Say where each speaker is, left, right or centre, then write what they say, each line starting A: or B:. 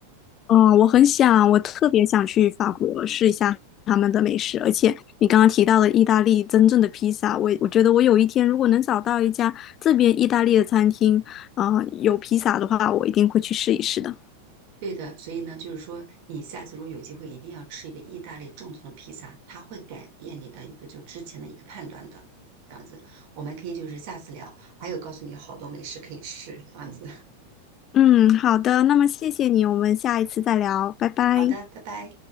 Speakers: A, on the left (about 30°); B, on the right (about 45°).
A: 哦，我很想，我特别想去法国试一下他们的美食，而且你刚刚提到的意大利真正的披萨，我我觉得我有一天如果能找到一家这边意大利的餐厅，啊，有披萨的话，我一定会去试一试的。
B: 对的，所以呢，就是说，你下次如果有机会，一定要吃一个意大利正宗的披萨，它会改变你的一个就之前的一个判断的。这样子，我们可以就是下次聊，还有告诉你好多美食可以吃，这样子。
A: 嗯，好的，那么谢谢你，我们下一次再聊，拜拜。
B: 好的，拜拜。